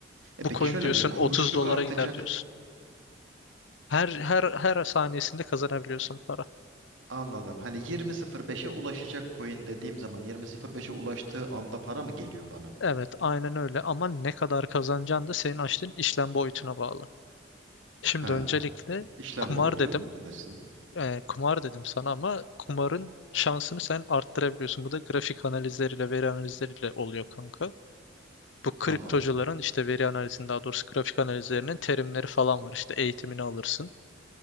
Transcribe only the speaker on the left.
Bu
coin
diyorsun
30 dolara
gider diyorsun. Her her her saniyesinde kazanabiliyorsun para.
Evet, aynen öyle ama ne kadar kazanacağın da senin açtığın işlem boyutuna bağlı. Şimdi
öncelikle
kumar
dedim.
Ee, kumar dedim sana ama kumarın şansını sen arttırabiliyorsun. Bu da grafik analizleriyle, veri analizleriyle oluyor kanka. Bu
kriptocuların işte veri analizinin daha doğrusu grafik analizlerinin terimleri falan var. İşte eğitimini alırsın.